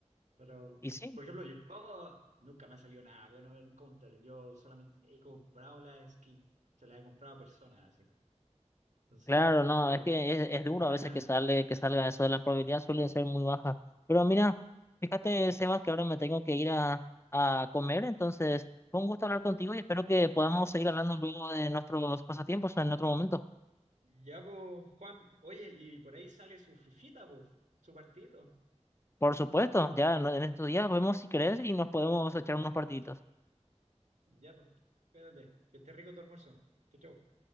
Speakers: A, on the right; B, on the left.
A: Pero,
B: Y sí,
A: por ejemplo, yo nunca me ha salido nada bueno en Counter. Yo solamente he comprado la skin. Se la he comprado a personas así. Entonces,
B: Claro, no,
A: es como,
B: es que es, es duro
A: gastáis
B: a veces
A: menos.
B: que sale, que salga eso de la probabilidad, suele ser muy baja. Pero mira, fíjate, Sebas, que ahora me tengo que ir a, a comer, entonces fue un gusto hablar contigo y espero que podamos seguir hablando luego de nuestros pasatiempos en otro momento.
A: Ya, pues, Juan, oye, y por ahí sale su fifita, pues, su partidito.
B: Por supuesto, ya en en estos días vemos si crees y nos podemos echar unos partiditos.
A: Ya, pues, espérate, que esté rico tu almuerzo. Chau, chau.